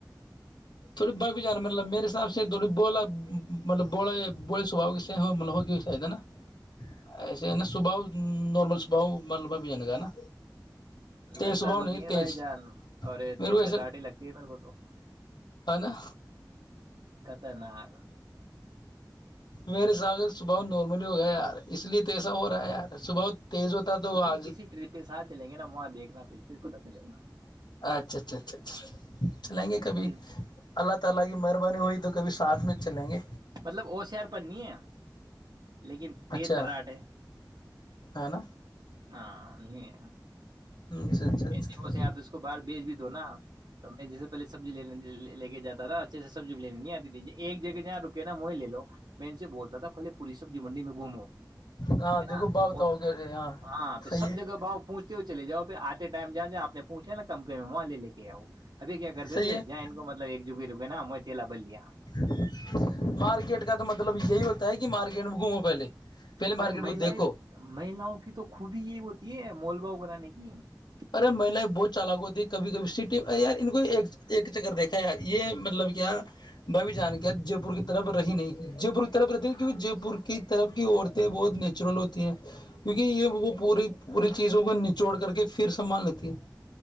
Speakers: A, on the left; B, on the right.
A: تھوڑی بائیب جان مطلب میرے ساب سے تھوڑی بولا مطلب بوڑے بڑے سوبا کے سے م ہوگ شاید ہے نا ایسے ہے نا صباحؤ نارمل صباح ملبہ بھی جان کاا ہے نا تیز
B: لگتا
A: صبح
B: تو نہیں ہے
A: تیز
B: بھائی جان اور
A: میرے کو ایسا
B: تر راٹے لگتا یہ بن کو تو
A: ہے نا
B: خطرناک
A: میرے سگر صبح نارملی ہو گیا یار اس لیے تو ایسا ہو رہا ہے یار صبح تیز ہوتا تو
B: کبھی
A: آج
B: کسی ٹرپ کے ساتھ چلیں گے نا وہاں دیکھنا پھر پھر پتا چلے گا
A: اچھا اچھا اچھا اچھا
B: پھر
A: <inaudible> میں چلیں گے
B: مطلب وہ شہر پنی ہے لیکن تیز
A: اچھا
B: تراٹ ہے
A: ہے نا
B: ہاں نہیں
A: اچھا اچھا
B: ایسے
A: اچھا
B: ہوس آپ اس کو باہر بیچ بھی دو نا تو میں جیسےہلے سبزینے لے کے جاتا تھا اچھے سے سبزی لینے نہیں آتی تھی ایک جگہ جہاں رکے نا وہ ہی لے لو میں ان سے بولتا تھا پہل پوری سبزی منڈی میں گھومو ہے
A: ہاں دیکھو
B: نا
A: با بتاؤ
B: اور
A: کہ
B: ہاں پہ
A: صحیح
B: سب
A: ہے
B: جگہ باؤ پہنچتے ہوئے چے جاؤ پھر آتے ٹائم جا جا آپ پوھا نا کم میں وہاں لے کے آیاؤ ابھی کیا کرتے
A: صحیح
B: تھے
A: ہے
B: جااں ان کو مطلب جک ہی رکے نا ہم <unintelligible>
A: <unintelligible> مطب یہی ہوتا ہے کہ مارکیٹ میں گھومو پہلے پہلے
B: ارے
A: مارکیٹ
B: مہیلایں
A: کو دیکھو
B: مہیلاؤں کی تو خوبی یہی ہوتی ہے مول باؤ کاغ <unintelligible>
A: ارے مہیل بہت چالک ہوتی کبھی کبھی سٹی یار ان کو ایک چکر دیکھا یار یہ مطلب کیا بھ بھی جان کیا جے پور کے طرف رہی نہیں ج ب طرف رہتی جے پور کی طرف کی عورتیں بہت نیچرل ہوتی ہیں کیونکہ یہ وہ پوری پوری چیزوں کو نچوڑ کر کے پھر سنبھال لیتی ہے